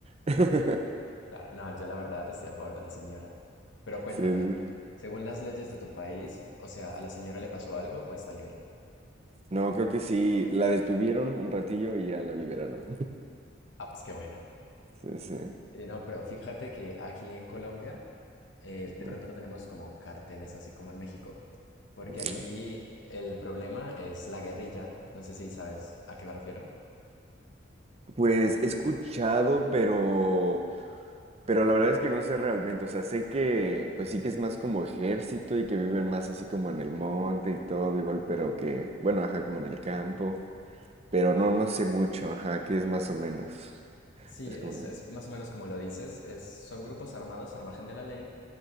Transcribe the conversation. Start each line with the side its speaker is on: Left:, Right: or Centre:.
Right: <laughs>
Left: Claro, no, yo la verdad estoy a favor de la señora. Pero cuéntame,
Right: Sí, sí.
Left: según las leyes de tu país, o sea, ¿a la señora le pasó algo o está libre?
Right: No, creo que sí, la detuvieron un ratillo y ya la liberaron.
Left: Ah, pues qué bueno.
Right: Sí, sí.
Left: Eh, no, pero fíjate que aquí en Colombia, eh, de
Right: Ujú,
Left: pronto no tenemos como carteles así como en México, porque
Right: ujú.
Left: aquí el problema es la guerrilla. No sé si sabes a qué me refiero.
Right: Pues he escuchado, pero... Pero la verdad es que no sé realmente, o sea, sé que pues sí que es más como ejército y que viven más así como en el monte y todo, igual, pero que, bueno, ajá, como en el campo, pero no, no sé mucho, ajá, que es más o menos.
Left: Sí,
Right: Es como...
Left: es, es más o menos como lo dices, es, son grupos armados al margen de la ley